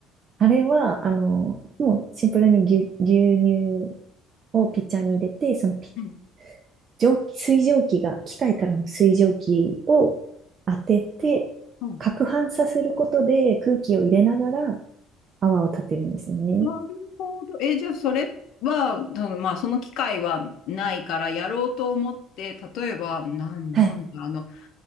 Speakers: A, on the right (about 35°); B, on the left (about 65°).
A: あれは、あの、もうシンプルに牛、牛乳をピッチャーに入れて、そのピ、
B: うん。
A: 蒸気、水蒸気が、機械からの水蒸気を当てて、
B: うん。
A: 攪拌させることで空気を入れながら泡を立てるんですね。
B: なるほど。えじゃあ、それは、多分まあ、その機会はないから、やろうと思って、例えば、なん、
A: はい。
B: なんだ、あの、